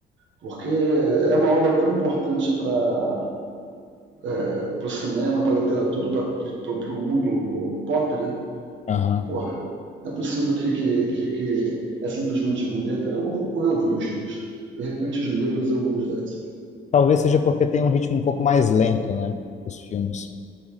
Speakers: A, on the right; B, on the left.
A: Porque é uma obra tão importante pra é, pro cinema, pra literatura, pra, pro, pro mundo pop, né?
B: Aham.
A: Porra, não é possível que, que, que, que é simplesmente ruim. De repente, eu vou, vou reouvir os livros. De repente, os livros eu vou dar isso aqui.
B: Talvez seja porque tem um ritmo um pouco mais lento, né? Dos filmes.